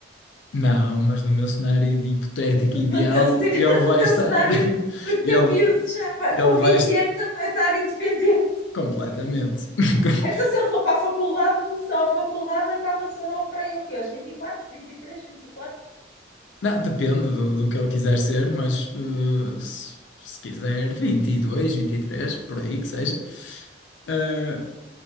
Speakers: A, on the left; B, on the left.
A: Não, mas no meu cenário de hipotético ideal,
B: No teu, <laughs>
A: ele vai
B: no teu
A: estar.
B: cenário,
A: <laughs>
B: o teu
A: Ele,
B: miúdo já vai,
A: ele
B: com
A: vai
B: 20
A: estar
B: anos já vai estar independente. <laughs>
A: completamente. <laughs>
B: Então, se ele for para a faculdade, só a faculdade acaba só para aí o quê? Aos 24, 23, 24?
A: Não, depende do, do que ele quiser ser, mas eh, se, se quiser 22, 23, por aí que seja. eh,